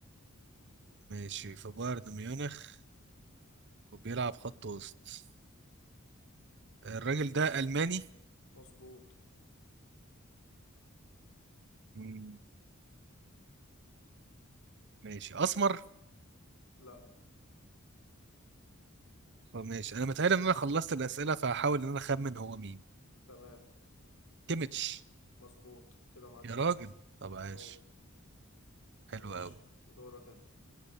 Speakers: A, on the right (about 55°); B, on the left (about 80°).
A: ماشي في بايرن ميونخ وبيلعب خط وسط الراجل ده ألماني
B: مظبوط
A: مم، ماشي أسمر
B: لا
A: ماشي أنا متهيألي إن أنا خلصت الأسئلة فهحاول إن أنا أخمن هو مين
B: تمام
A: كيميتش
B: مظبوط كده معاك
A: يا راجل
B: نقطة
A: طب عاش
B: اهو ماشي
A: حلو قوي
B: دورك انت